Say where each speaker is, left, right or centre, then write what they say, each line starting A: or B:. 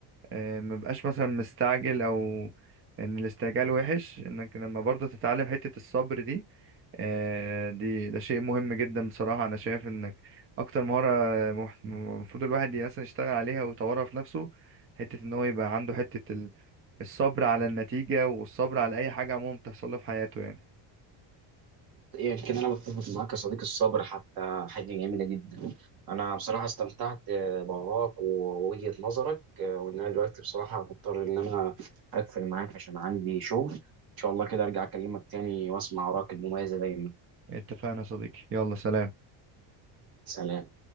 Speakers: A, on the right; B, on the right.
A: آه، ما بقاش مثلا مستعجل او ان الاستعجال وحش انك لما برضه تتعلم حتة الصبر دي آه، دي ده شيء مهم جدا بصراحة انا شايف انك اكتر مهارة مح- المفروض الواحد مثلا يشتغل عليها ويطورها في نفسه حتة ان هو يبقى عنده حتة ال- الصبر على النتيجة والصبر على اي حاجة عموما بتحصل له في حياته يعني
B: يمكن انا بتفق معاك يا صديقي الصبر حتى حاجه جميله جدا انا بصراحه استمتعت بوراك ووجهه نظرك وان انا دلوقتي بصراحه مضطر ان انا اقفل معاك عشان عندي شغل ان شاء الله كده ارجع اكلمك تاني واسمع وراك المميزه دايما
A: اتفقنا يا صديقي يلا سلام
B: سلام